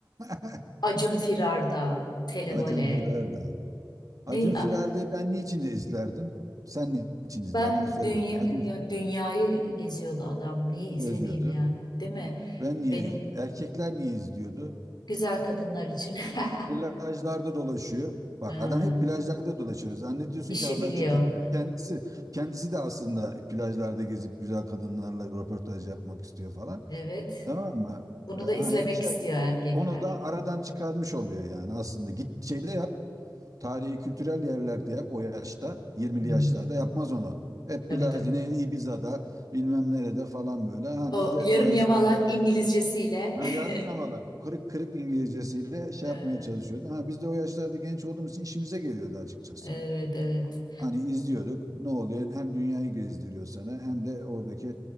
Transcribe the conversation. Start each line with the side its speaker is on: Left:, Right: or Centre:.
Right: <laughs>
Left: Acun Firar'da televole.
Right: Acun Firer'di. Acun
Left: Ne a-
Right: Firer'di ben niçin izlerdim? Sen niçin izlerdin?
Left: ben
Right: Hadi söyle
Left: dünya
Right: bakayım. Acun
Left: ya dünyayı geziyordu adam. Niye izlemeyeyim
Right: gözlüyordu.
Left: yani? Değil mi?
Right: Ben niye,
Left: Benim
Right: erkekler niye izliyordu?
Left: güzel kadınlar için <laughs>
Right: Plajlarda dolaşıyor. Bak
Left: Ha,
Right: adam hep plajlarda dolaşıyor. Zannediyorsun
Left: işi
Right: ki habercilik
Left: biliyor.
Right: yapıyor. Kendisi kendisi de aslında plajlarda gezip güzel kadınlarla röportaj yapmak istiyor falan.
Left: Evet.
Right: Tamam mı?
Left: Bunu
Right: Ee, yani
Left: da izlemek
Right: iki,
Left: istiyor erkekler.
Right: onu da aradan çıkarmış oluyor yani aslında. Git şeyde yap. Tarihi kültürel yerlerde yap o yaşta. 20'li
Left: Hmm,
Right: yaşlarda yapmaz onu. Hep
Left: tabii
Right: plajda,
Left: tabii.
Right: ne Ibiza'da, bilmem nerede falan böyle. Ha,
Left: O
Right: biz de
Left: yarım
Right: o yaşlarda
Left: yamalak İngilizcesiyle.
Right: Ha,
Left: <laughs>
Right: yarım yamalak kırık kırık İngilizcesiyle şey
Left: Ee,
Right: yapmaya çalışıyordu. Ha, biz de o yaşlarda genç olduğumuz için işimize geliyordu açıkçası.
Left: Evet evet.
Right: Hani izliyorduk ne oluyor hem dünyayı gezdiriyor sana hem de oradaki